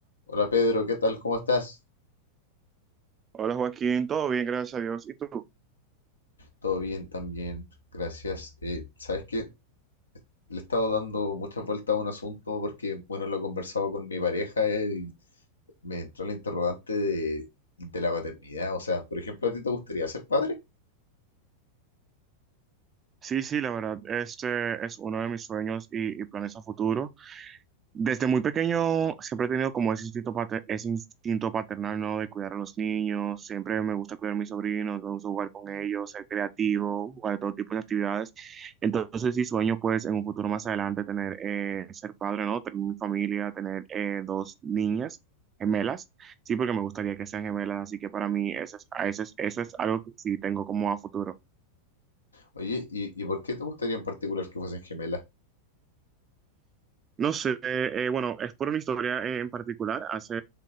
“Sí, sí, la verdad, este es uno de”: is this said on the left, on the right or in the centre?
Right